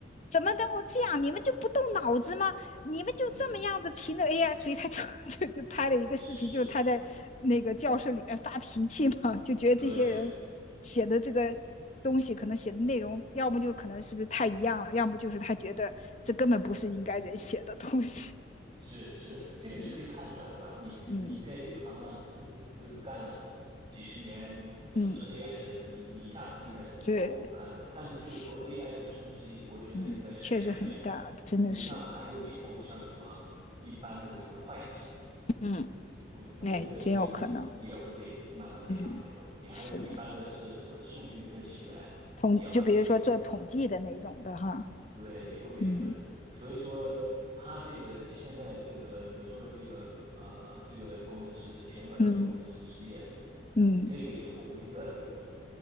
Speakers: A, on the left (about 35°); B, on the right (about 25°).
A: 怎么能够这样？你们就不动脑子吗？你们就这么样子凭着
B: 嗯，
A: AI，所以他就 <laughs> 就就拍了一个视频，
B: 是的，
A: 就是他在那个教室里面发脾气嘛，<laughs> 就觉得这些人写的这个东西可能写的内容，
B: 对。
A: 要么就可能是不是太一样了，要么就是他觉得这根本不是应该人写的东西。
B: 是是，这个是可以看出来的吧？
A: <laughs> 嗯
B: 你你在这个行当这这这个干了
A: 嗯
B: 几十年，是不是
A: 嗯，
B: AI 写的？你你一下子应该是能够看出来。
A: 这
B: 但是就是说
A: 是
B: AI 的冲击，我觉得应该是全面的。
A: 嗯，确实很大，真的是，
B: 你像还有以后像什么一般的这个会计，
A: 嗯，
B: 我我觉得也也也会被慢慢被淘汰掉。
A: 哎，真有可能，嗯，
B: 你还有一般的是什么数据分析员也会被淘汰掉。
A: 是的，统就比如说做统计的那种的哈，
B: 对，也会被淘汰。
A: 嗯
B: 所以说，他这个现在这个你说的这个呃呃，这个工程师前软件工程师失业，
A: 嗯嗯。
B: 这个以后会越来越多。